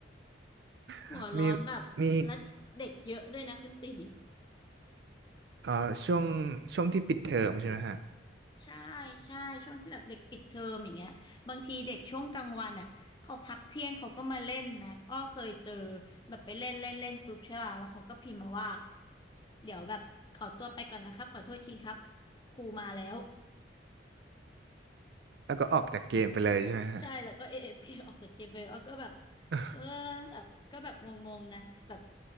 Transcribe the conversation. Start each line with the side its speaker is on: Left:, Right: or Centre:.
Left: หัวร้อนแบบและเด็กเยอะด้วยนะคุณตี
Right: ๆมีมีเอ่อช่วงช่วงที่ปิดเทอมใช่ไหมฮะ
Left: ใช่ใช่ช่วงที่แบบเด็กปิดเทอมอย่างเงี้ยบางทีเด็กช่วงกลางวันอ่ะเขาพักเที่ยงเขาก็มาเล่นนะอ้อเคยเจอแบบไปเล่นเล่นเล่นปุ๊บใช่ป่ะแล้วเขาก็พิมพ์มาว่าเดี๋ยวแบบขอตัวไปก่อนนะครับขอโทษทีครับครูมาแล้ว
Right: แล้วก็ออกจากเกมไปเลยใช่ไหมฮะ
Left: <laughs> ใช่แล้วก็ AFK อเอฟเคออกจากเกมไปอ้อก็แบบ
Right: <laughs>
Left: เออแบบก็แบบงงๆนะแบบ